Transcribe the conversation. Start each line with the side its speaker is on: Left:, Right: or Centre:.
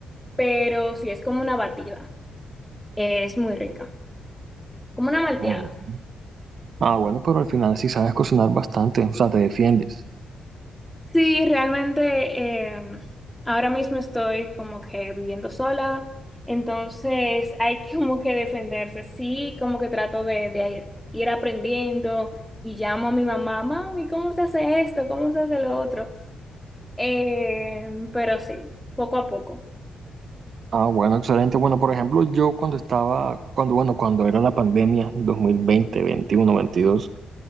Centre: pero sí es como una batida. Es muy rica, como una malteada.
Right: Ah, bueno, Ah, bueno, pero al final sí sabes cocinar bastante, o sea, te defiendes.
Centre: Sí, realmente em, ahora mismo estoy como que viviendo sola, entonces hay que como que defenderse. Sí, como que trato de, de ir aprendiendo y llamo a mi mamá, mami, ¿cómo se hace esto? ¿Cómo se hace lo otro? Em, pero sí, poco a poco.
Right: Ah, bueno, excelente. Bueno, por ejemplo, yo cuando estaba, cuando, bueno, cuando era la pandemia, 2020 21 veintidós